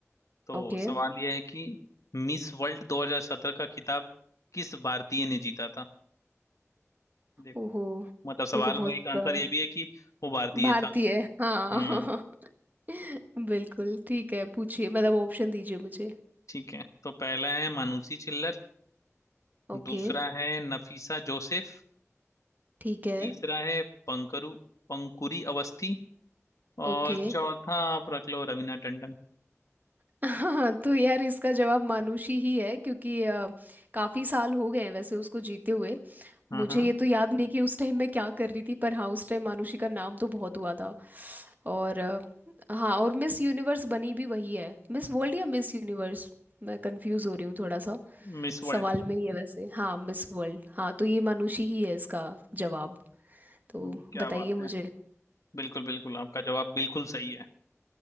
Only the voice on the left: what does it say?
तो
सवाल यह है कि मिस वर्ल्ड 2017 का खिताब किस भारतीय ने जीता था देखो
मतलब सवाल
में एक आंसर
ये भी है कि वो भारतीय
था
हम्म
ठीक है तो पहला है मानुषी चिल्लर
दूसरा है नफीसा जोसेफ
तीसरा है पंकरू पंकुरी अवस्थी और
चौथा आप रख लो रवीना टंडन
हाँ
हाँ
मिस वर्ल्ड
हम्म, क्या
बात
है बिल्कुल बिल्कुल आपका जवाब बिल्कुल सही है